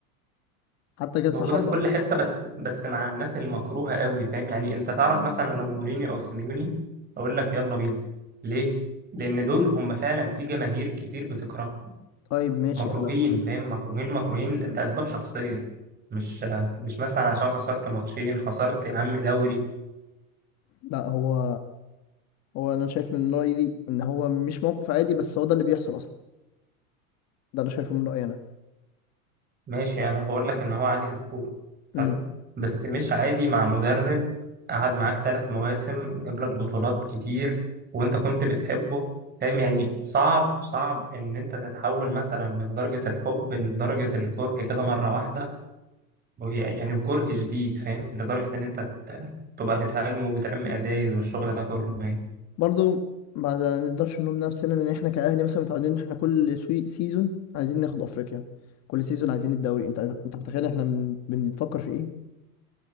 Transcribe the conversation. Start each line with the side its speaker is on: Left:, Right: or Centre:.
Left: حتى جت
Right: موجودة
Left: في حفا
Right: في كل حتة بس بس مع الناس المكروهة قوي فاهم يعني انت تعرف مثلا لو مورينيو او سيميوني اقول لك يلا بينا ليه؟ لان دول هم فعلا في جماهير كتير بتكرههم
Left: طيب ماشي
Right: مكروهين
Left: انا
Right: فاهم مكروهين مكروهين لاسباب شخصية مش مش مثلا عشان خسرت ماتشين خسرت يا عم دوري
Left: لا هو هو انا شايف من رايي دي ان هو مش موقف عادي بس هو ده اللي بيحصل اصلا ده انا شايفه من رايي انا
Right: ماشي يعني انا بقول لك ان هو عادي في الكوره
Left: امم
Right: حلو بس مش عادي مع مدرب قعد معاك ثلاث مواسم جاب لك بطولات كتير وانت كنت بتحبه فاهم يعني صعب صعب ان انت تتحول مثلا من درجة الحب لدرجة الكره كده مرة واحدة وهي- يعني كره شديد فاهم لدرجة ان انت ت- تبقى بتهاجم وبترمي ازايز والشغل ده كله باين
Left: برضو ما نقدرش نلوم نفسنا ان احنا كاهلي مثلا متعودين ان احنا كل سوي- سيزون عايزين ناخد افريقيا كل سيزون عايزين الدوري انت انت متخيل احنا بن- بنفكر في ايه